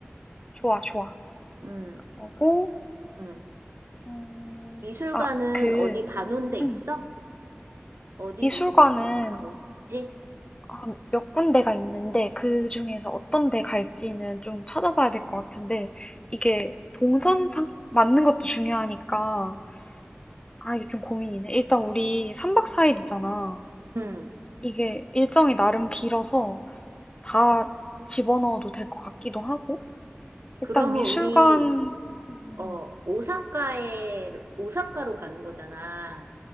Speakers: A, on the left; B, on the right.
A: 좋아, 좋아.
B: 음,
A: 그러고,
B: 음.
A: 음,
B: 미술관은
A: 아, 그,
B: 어디 봐놓은 데 있어?
A: 음, 음.
B: 어디
A: 미술관은
B: 미술관 가고 있지?
A: 아, 몇 군데가 있는데 그 중에서 어떤 데 갈지는 좀 찾아봐야 될 것 같은데 이게 동선 상 맞는 것도 중요하니까 아 이게 좀 고민이네. 일단 우리 3박 4일이잖아.
B: 음,
A: 이게 일정이 나름 길어서 다 집어넣어도 될 것 같기도 하고
B: 그러면
A: 일단 미술관
B: 우리
A: 음, 음,
B: 어, 오사카에, 오사카로 가는 거잖아.